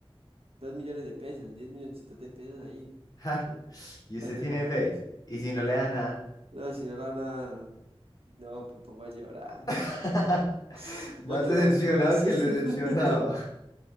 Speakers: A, on the right (about 75°); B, on the left (about 40°).
A: dos millones de pesos, diez milloncitos de pesos ahí.
B: Ja,
A: Yo,
B: Y usted
A: gracias,
B: tiene
A: papá
B: fe.
A: Dios.
B: Y si no le da nada.
A: No, si no la nada, no, me pongo a llorar.
B: <laughs>
A: <sniffs> ¿Ya
B: Más
A: qué
B: decepcionado
A: más puedo hacer?
B: que el decepcionado.
A: <laughs>
B: <laughs>